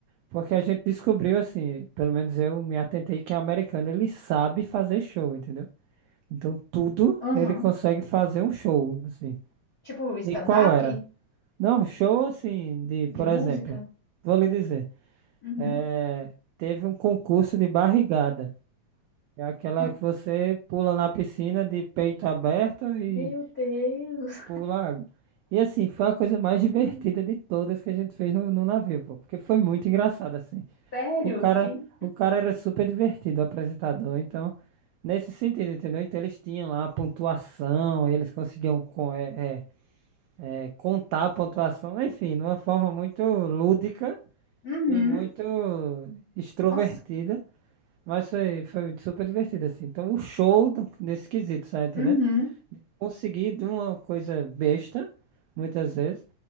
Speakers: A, on the right (about 85°); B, on the left (about 60°).
A: Porque a gente descobriu, assim, pelo menos eu me atentei que é americano, ele sabe fazer show, entendeu? Então tudo
B: uhum.
A: ele consegue fazer um show, assim.
B: Tipo, stand-up
A: E qual era? Não, show assim, de,
B: de
A: por
B: música?
A: exemplo, vou lhe dizer,
B: Uhum.
A: eh, teve um concurso de barrigada. É aquela
B: <laughs>
A: que você pula na piscina de peito aberto e
B: Meu Deus!
A: pula água. E assim, foi a coisa mais
B: Hum,
A: divertida de todas que a gente fez no, no navio, pô, porque foi muito engraçado, assim.
B: Sério?
A: O cara,
B: Que...
A: o cara era super divertido, o apresentador, então, nesse sentido, entendeu? Então eles tinham lá a pontuação, eles conseguiam co- é, é, é, contar a pontuação, enfim, de uma forma muito lúdica
B: Uhum,
A: e muito extrovertida.
B: nossa,
A: Mas foi, foi super divertido, assim. Então, o show do- nesse quesito, sabe, entendendo?
B: uhum.
A: Consegui de uma coisa besta, muitas vezes,